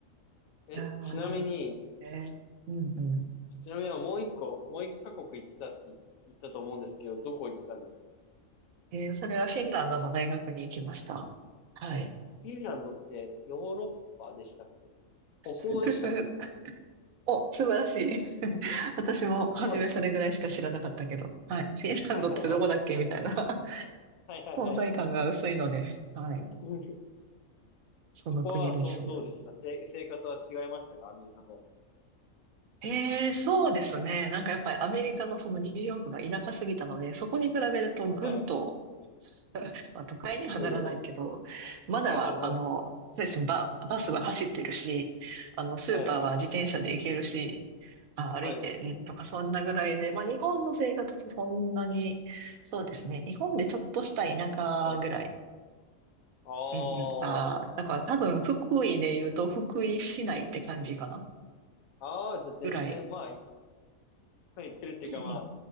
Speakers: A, on the left; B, on the right.
A: え、
B: いやー、
A: ちなみに、
B: そうですね。うんうん。
A: ちなみにもう一個、もう一カ国行ってたって言ったと思うんですけど、どこ行ったんですか
B: えーそれはフィンランドの大学に行きました。はい。
A: フィンランドってヨーロッパでしたっけ北欧でしたっけ
B: <laughs> お、素晴らしい。私も初めそれぐらいしか知らなかったけど。
A: あ、そうですよね。
B: はい。フィンランドってどこだっけみたいな
A: はいはいはい。
B: <laughs>
A: はいはいはい。
B: 存在感が薄いので、はい。
A: <laughs>
B: その国です。
A: そこはどう、どうでしたせ、生活は違いましたかアメリカと。
B: ええ、そうですね。なんかやっぱりアメリカのそのニューヨークが田舎すぎたので、そこに比べるとぐんと、
A: はい。
B: <laughs> まあ、都会にはならないけど、
A: おお。
B: まだ、
A: はいはいはい。
B: あの、そうですね、バ、バスは走ってるし、あの、スーパーは自転車で行けるし、
A: はい。
B: あ、
A: はい。
B: 歩いて、うん、とかそんなぐらいで、まあ日本の生活とそんなに、そうですね、日本でちょっとした田舎ぐらい。
A: はい。ああ、
B: うんうん。ああ、だから多分福井で言うと福井市内って感じかな
A: ああ、じゃあ全然まあ、
B: ぐらい。
A: 一回来るっていうかまあ、
B: うんうん。